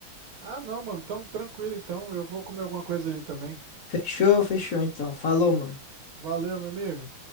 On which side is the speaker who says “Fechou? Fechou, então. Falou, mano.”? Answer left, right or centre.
Left